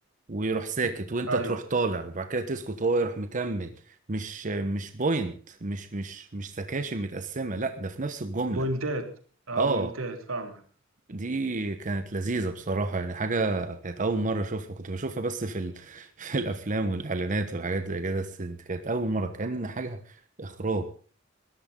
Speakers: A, on the right; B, on the right.
A: ويروح ساكت وانت
B: أيوه
A: تروح طالع وبعد كده تسكت وهو يروح مكمل مش مش بوينت مش مش مش سكاشن متقسمة لا ده في نفس الجملة
B: بوينتات اه
A: اه
B: بوينتات فاهمة
A: دي كانت لذيذة بصراحة يعني حاجة كانت أول مرة أشوفها كنت بشوفها بس في ال... <laughs> في الأفلام والإعلانات والحاجات زي كده بس دي كانت أول مرة كان حاجة إخراج